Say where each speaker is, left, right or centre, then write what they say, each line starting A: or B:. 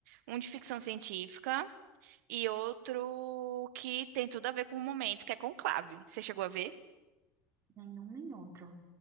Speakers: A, on the right (about 80°); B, on the right (about 35°).
A: Um de ficção científica e outro que tem tudo a ver com o momento, que é Conclave. Você chegou a ver?
B: Nenhum nem outro.